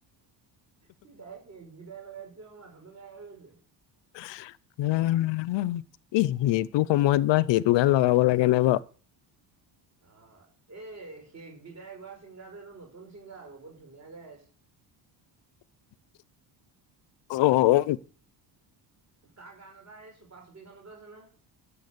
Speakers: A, on the right; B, on the left.
A: পিতাই কেক বিদাই লগাই দিছে মোৰ মাথাটো বেয়া হৈ গৈছে
B: উম <unintelligible> ইহ সেইটো সময়ত বা সেইটো গান লগাব লাগে নে বাও
A: অ এই শেষ বিদায় গোৱা ছিংগাৰটো এইটো নতুন চিংগাৰ আকৌ বহুত ধুনীয়া গাই আছ <unintelligible>
B: <inaudible> অ অ
A: তাৰ গান এটা সেই চুপা চুপিখনতো আছে নহয়